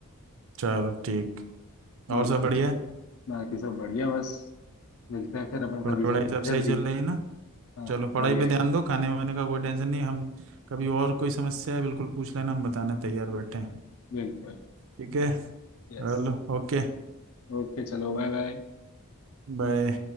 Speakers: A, on the right (about 60°); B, on the left (about 65°).
A: चलो ठीक और
B: ओके
A: सब बढ़िया
B: चलो
A: है
B: बाकी सब बढ़िया बस मिलते हैं फिर अपन कभी
A: पढ़ाई
B: जल,
A: वढ़ाई सब
B: जल्दी
A: सही चल रही है ना
B: हाँ हाँ
A: चलो पढ़ाई
B: बढ़िया
A: पे
B: एकदम
A: ध्यान दो खाने वाने का कोई टेंशन नहीं हम कभी और कोई समस्या है बिल्कुल पूछ लेना हम बताने तैयार बैठे हैं
B: बिल्कुल
A: ठीक है चलो
B: यस
A: ओके
B: ओके चलो बाय बाय
A: बाय